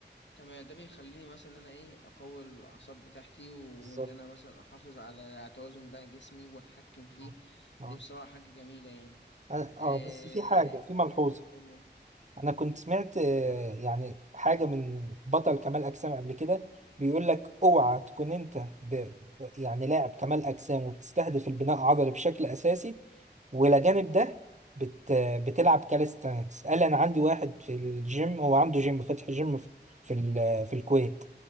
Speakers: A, on the left; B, on the right.
A: تمام ده بيخليني مثلا إن أنا إيه أقوي الأعصاب بتاعتي وإن
B: بالظبط
A: أنا مثلا أحافظ على على توازن بقى جسمي وأتحكم فيه
B: آه آه
A: دي بصراحة حاجة جميلة يعني
B: أنا-
A: إيه،
B: آه بس في حاجة في ملحوظة
A: أوه.
B: انا كنت سمعت آه، يعني حاجه من بطل كمال اجسام قبل كده بيقول لك اوعى تكون انت ب... ب- يعني لاعب كمال اجسام وبتستهدف البناء العضلي بشكل اساسي ولا جانب ده بت... بتلعب كاليستانكس قال انا عندي واحد في الجيم هو عنده جيم فاتح جيم في في, ال... في الكويت